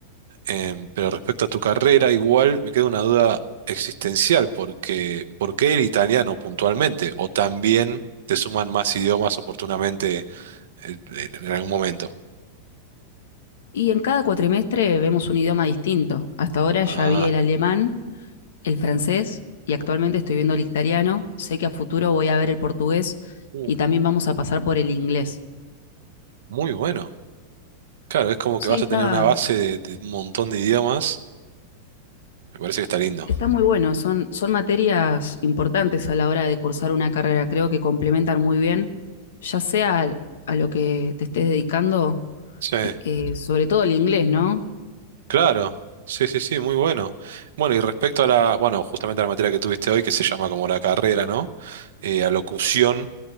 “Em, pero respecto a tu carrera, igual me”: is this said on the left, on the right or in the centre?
Right